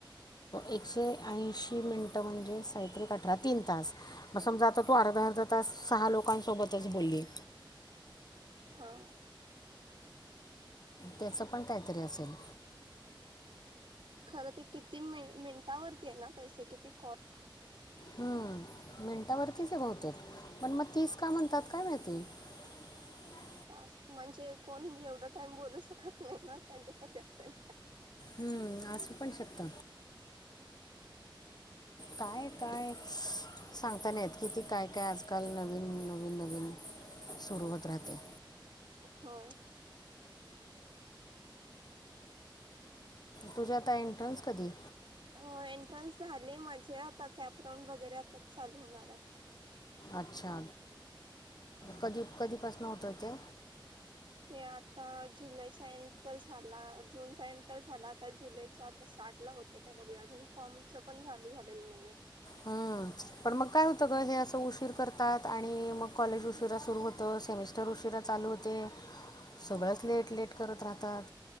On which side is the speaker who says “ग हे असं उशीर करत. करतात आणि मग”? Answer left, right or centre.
Left